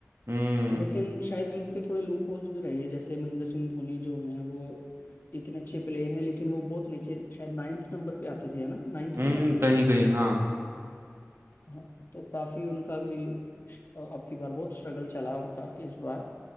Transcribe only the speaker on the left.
लेकिन शायद उनके थोड़े लूप होल्स भी रहे जैसे महेंद्र सिंह धोनी जो हैं वो इतने अच्छे प्लेयर हैं लेकिन वो बहुत नीचे शायद नाइन्थ नंबर पे आते थे है ना नाइन्थ
पे ही आते
थे
हाँ, तो काफी उनका भी अब की बार बहुत स्ट्रगल चला उनका इस बार